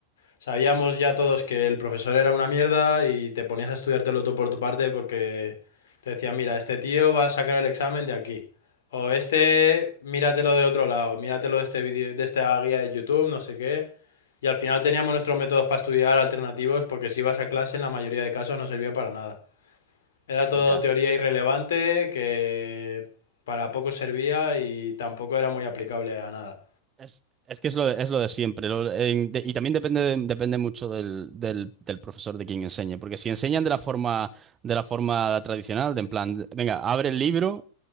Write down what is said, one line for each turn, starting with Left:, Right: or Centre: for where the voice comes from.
Left: Sabíamos ya todos que el profesor era una mierda y te ponías a estudiártelo tú por tu parte porque te decía mira, este tío va a sacar el examen de aquí. O este, míratelo de otro lado, míratelo de este vídeo, de esta guía de YouTube, no sé qué. Y al final teníamos nuestros métodos para estudiar alternativos porque si ibas a clase en la mayoría de casos no servía para nada. Era todo
Right: Ya.
Left: teoría irrelevante que para poco servía y tampoco era muy aplicable a nada.
Right: Es, es que es lo de, es lo de siempre. Lo- en- de- y también depende, depende mucho del, del, del profesor de quien enseñe. Porque si enseñan de la forma, de la forma tradicional, de en plan, venga, abre el libro.